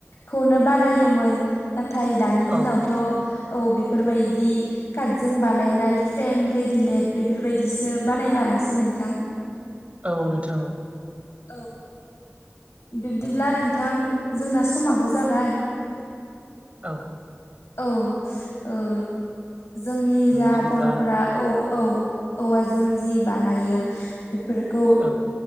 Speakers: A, on the left; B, on the right.
A: खौनो बानायोमोन नाथाय दानि दिनावथ'
B: औ
A: औ बेफोरबायदि काटजों बानायनाय फ्रेम रेडिमेड बेफोरबायदिसो बानायना लासि नोंथां।
B: औ नोंथां औ।
A: औ बिब्दिब्ला नोंथां जोंना समाबो जाबाय
B: औ।
A: औ ओ जोंनि जा
B: बिदिब्ला
A: बर'फोरा औ औ। औवाजों जि बानायो बेफोरखौ
B: औ